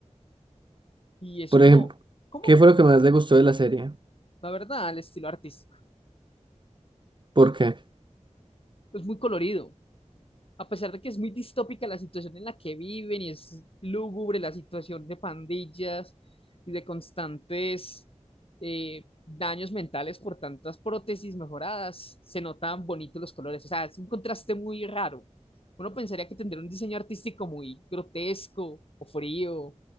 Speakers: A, on the left; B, on the right.
A: Y eso
B: Por
A: es
B: ejemplo,
A: no, ¿cómo?
B: ¿qué fue lo que más le gustó de la serie?
A: La verdad, el estilo artístico.
B: ¿Por qué?
A: Es muy colorido. a pesar de que es muy distópica la situación en la que viven y es lúgubre la situación de pandillas y de constantes eh, daños mentales por tantas prótesis mejoradas, se notan bonitos los colores. O sea, es un contraste muy raro. Uno pensaría que tendría un diseño artístico muy grotesco o frío,